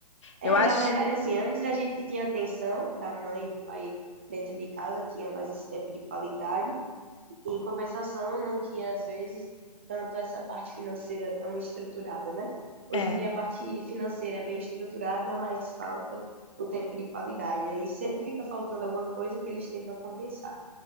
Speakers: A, on the right; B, on the left.
A: É,
B: Eu acho.
A: na verdade, assim, antes a gente tinha a tensão da mãe e do pai dentro de casa, tinha mais esse tempo de qualidade, em compensação, não tinha, às vezes, tanto essa parte financeira tão estruturada, né? Hoje
B: É,
A: em dia, a parte financeira é bem estruturada, mas falta o tempo de qualidade. Aí sempre fica faltando alguma coisa que eles tentam compensar.